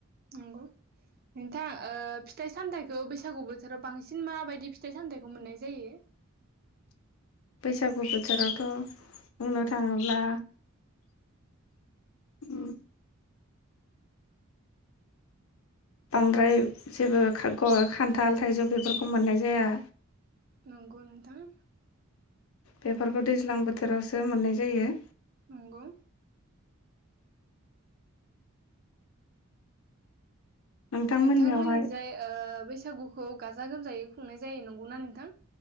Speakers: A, on the right; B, on the left.
A: नंगौ नोंथां ओ फिथाइ सामथाइखौ बैसागु बोथोराव बांसिन माबायदि फिथाइ सामथाइखौ मोननाय जायो?
B: बैसागु बोथोरावथ बुंनो थाङोब्ला उम बांद्राय जेबो खा ग खान्थाल थाइजौ बेफोरखौ मोननाय जाया।
A: नंगौ नोंथां।
B: बेफोरखौ दैज्लां बोथोरावसो मोननाय जायो।
A: नंगौ।
B: नोंथांमोननियावहाय
A: नोंथांमोननिजाय ओ बैसागुखौ गाजा गोमजायै खुंनाय जायो नंगौना नोंथां?